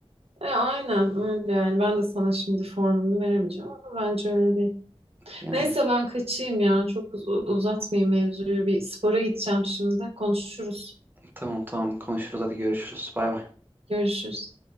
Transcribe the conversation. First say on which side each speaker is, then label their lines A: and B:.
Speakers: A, on the right (about 70°); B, on the right (about 20°).
A: E, aynen öyle yani. Ben de sana şimdi formunu veremeyeceğim ama bence öyle değil.
B: Yani
A: Neyse ben kaçayım ya. Çok uz- uzatmayayım mevzuyu. Bir spora gideceğim şimdi. Konuşuruz.
B: tamam tamam konuşuruz hadi görüşürüz. Bay bay.
A: Görüşürüz.